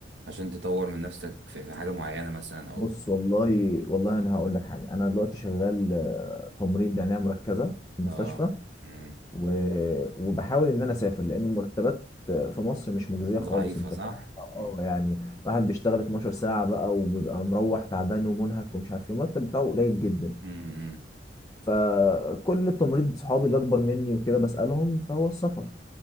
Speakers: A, on the right (about 80°); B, on the left (about 20°).
A: عشان تطور من نفسك في, في حاجة معينة مثلا او
B: بص
A: في
B: والله والله انا هقول لك حاجه انا دلوقتي شغال آه، تمريض عنايه مركزه في المستشفى
A: اه امم.
B: و... وبحاول ان انا اسافر لان المرتبات آه، في مصر مش مجزيه
A: ضعيفة
B: خالص انت
A: صح
B: فاهم اه
A: امم.
B: يعني واحد بيشتغل 12 ساعه بقى وبيبقى مروح تعبان ومنهك ومش عارف ايه المرتب بتاعه قليل جدا
A: امم.
B: فكل التمريض صحابي اللي اكبر مني وكده بسالهم فهو السفر